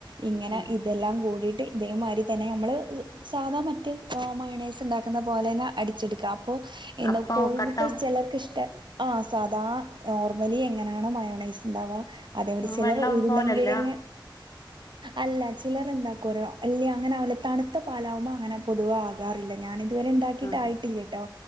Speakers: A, on the right; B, on the left.
A: ഇങ്ങനെ
B: ഉം
A: ഇതെല്ലാം കൂടീ ഇതേമാതിരി തന്നെ നമ്മൾ സാധ മറ്റേ മയോനയ്സ് ഉണ്ടാകുന്നത് പോലെ അടിച്ചെടുകാം ഹോ
B: അപ്പം
A: കോഴി
B: കട്ടാവും
A: മുട്ട ചിലര്ക് ഇഷ്ട ആ സാദാ നോർമിലി എങ്ങിനെയാണോ മയോനയ്സ് ഉണ്ടാവാ അതെ മാതിരി ചിലർ
B: വെള്ളം
A: ഉരുളം
B: പോലല്ല
A: കിഴങ്ങ് അല്ല ചിലർ എന്താകരോ അല്ലി അങ്ങനവൂല തണുത്ത പാൽ ആവുബോൾ അങിനെ പൊതുവെ ആവാറില്ല ഇതു വരെ ഉണ്ടാക്കിട്ട്
B: ഉം
A: ആയിട്ടില്ലട്ടോ